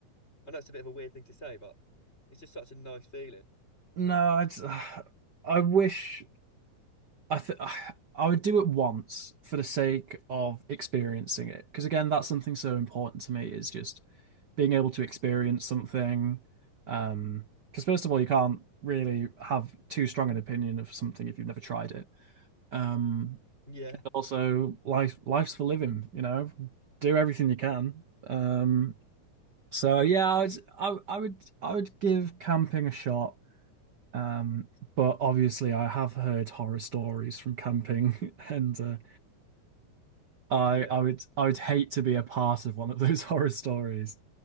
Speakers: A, on the left; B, on the right.
A: I know it's a bit of a weird thing to say, but it's just such a nice feeling.
B: No, I'd, <sighs> I wish I th <sighs> I would do it once for the sake of experiencing it. Because again, that's something so important to me is just being able to experience something. Um, because first of all, you can't really have too strong an opinion of something if you've never tried it. Um,
A: Yeah,
B: also life life's for living, you know. Do everything you can. Um so yeah, I would I, I would I would give camping a shot. Um but obviously I have heard horror stories from camping <laughs> and uh, I
A: yeah,
B: I would I would hate to be a part of one of those <laughs> horror stories.